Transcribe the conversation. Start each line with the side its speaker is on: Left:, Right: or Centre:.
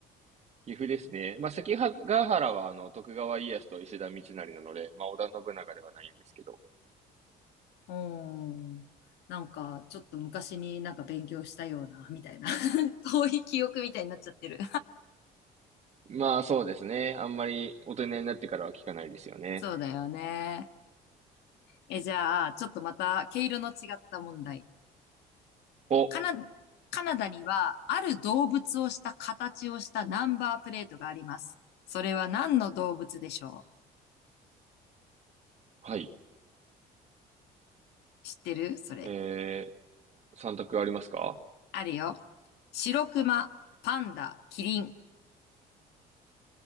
Right: 岐阜ですね。まあ、関ヶ原は、あの、徳川家康と石田三成なので、まあ、織田信長ではないんですけど。
Left: うーん。なんか、ちょっと昔になんか勉強したような、みたいな。<laughs> 遠い記憶みたいになっちゃってる。
Right: まあそうですね。あんまり大人になってからは聞かないですよね。
Left: <laughs> そうだよね。え、じゃあ、ちょっとまた毛色の違った問題。
Right: お、
Left: カナ、カナダには、ある動物をした形をしたナンバープレートがあります。それは何の動物でしょう
Right: はい。
Left: 知ってるそれ。
Right: えー、3択ありますか
Left: あるよ。白熊、パンダ、キリン。